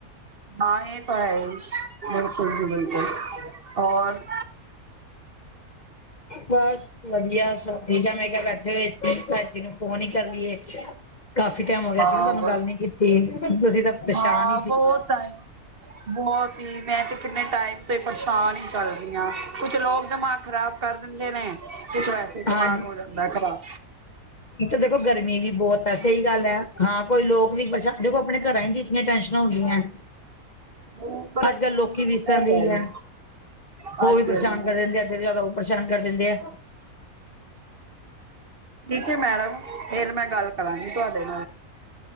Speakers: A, on the right; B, on the left.
A: ਹਾਂ ਇਹ ਤਾਂ ਹੈ ਹੀ, ਬਿਲਕੁਲ ਜੀ ਬਿਲਕੁਲ ਔਰ
B: ਬਸ ਵਧੀਆ ਸਭ ਠੀਕ ਮੈਂ ਕਿਹਾ ਬੈਠੇ ਹੋਏ। ਮੈਂ ਕਿਹਾ ਭੈਣ ਜੀ ਨੂੰ ਫੋਨ ਹੀ ਕਰ ਲਈਏ। ਕਾਫੀ ਟਾਈਮ ਹੋ ਗਿਆ
A: ਹਾਂ
B: ਸੀਗਾ ਤੁਹਾਨੂੰ
A: ਬਸ
B: ਗੱਲ ਨਹੀਂ ਕੀਤੀ ਤੁਸੀਂ ਤਾਂ ਪਰੇਸ਼ਾਨ
A: ਹਾਂ ਬਹੁਤ ਟਾਈਮ ਬਹੁਤ ਹੀ ਮੈਂ ਤੇ ਕਿੰਨੇ ਟਾਈਮ ਤੇ ਪਰੇਸ਼ਾਨ ਹੀ ਕੁਛ ਲੋਕ ਦਿਮਾਗ ਖ਼ਰਾਬ ਕਰ ਦਿੰਦੇ ਨੇ ਕੁਛ ਵੈਸੇ ਦਿਮਾਗ
B: ਹਾਂਜੀ
A: ਹੋ ਜਾਂਦਾ ਖਰਾਬ
B: ਦੇਖੋ ਗਰਮੀ ਵੀ ਬਹੁਤ ਸਹੀ ਗੱਲ ਹ ਹਾਂ ਕੋਈ ਲੋਕ ਵੀ ਆਪਣੇ ਘਰਾਂ ਹੋ ਗਈਆਂ
A: ਉਮਰ
B: ਅੱਜ
A: ਇਹ
B: ਕੱਲ ਲੋਕੀ ਵੇਸ ਰਹੀ
A: ਤਾਂ ਹੈ ਹੀ
B: ਹ
A: ਹਾਂਜੀ
B: ਉਹ ਵੀ ਪਰੇਸ਼ਾਨ
A: ਹਾਂਜੀ
B: ਕਰ ਰਹਿੰਦੇ ਰਹਿੰਦੇ ਉਹ ਪਰੇਸ਼ਾਨ ਕਰ ਦਿੰਦੇ।
A: ਠੀਕ ਹੈ ਮੈਡਮ ਫਿਰ ਮੈਂ ਗੱਲ ਕਰਾਂਗੀ ਤੁਹਾਡੇ